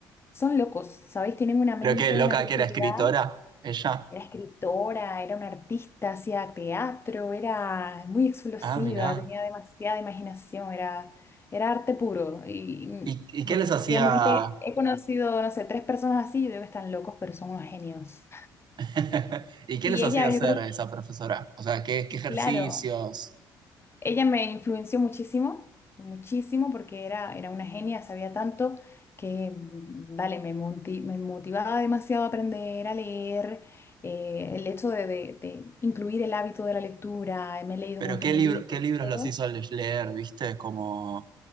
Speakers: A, on the left (about 25°); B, on the right (about 50°).
A: son locos, ¿sabéis? Tienen una
B: Pero
A: mente,
B: qué loca
A: una creatividad.
B: que era escritora, ella.
A: Era escritora, era una artista, hacía teatro, era muy explosiva,
B: Ah, mirá.
A: tenía demasiada imaginación, era, era arte puro. Y mm,
B: ¿Y, y
A: definitivamente
B: qué les hacía,
A: he conocido, no sé, tres personas así, yo digo que están locos, pero son unos genios.
B: <laughs> y qué
A: Y
B: les
A: ella,
B: hacía hacer
A: yo creo,
B: a esa profesora? O sea, qué, qué ejercicios,
A: claro, Ella me influenció muchísimo, muchísimo, porque era, era una genia, sabía tanto que, vale, me, monti- me motivaba demasiado a aprender a leer. eh, el hecho de, de- de incluir el hábito de la lectura, me he leído
B: pero
A: un montón
B: qué
A: de
B: libro,
A: libros,
B: qué libros
A: todo.
B: los hizo le- leer, ¿viste? Como